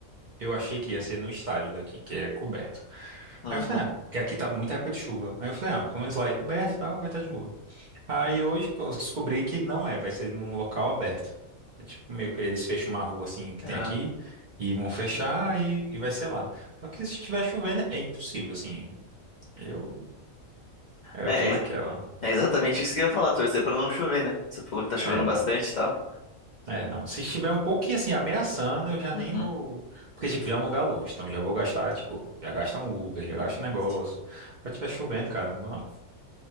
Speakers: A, on the right; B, on the left.
A: eu achei que ia ser no estádio daqui, que é coberto.
B: Uhum,
A: Aí eu falei, ah, que aqui tá muita época de chuva. Aí eu falei, ah, pelo menos lá é coberto e tal, vai estar de boa. Aí hoje eu descobri que não é, vai ser num local aberto. É tipo meio que eles fecham uma rua assim que tem
B: aham.
A: aqui e vão fechar e, e vai ser lá. Só que se estiver chovendo é impossível, assim. Eu, eu
B: É,
A: tô naquela.
B: é exatamente isso que eu ia falar, torcer pra não chover, né? Você falou que tá chovendo
A: É,
B: bastante
A: não.
B: e tal.
A: É, não. Se estiver um pouquinho assim ameaçando, eu já nem
B: Uhum,
A: vou. Porque, tipo, já é um lugar longe, então já vou gastar, tipo, já gasta um Uber, já gasta um negócio.
B: sim.
A: Se estiver chovendo, cara, não vou não.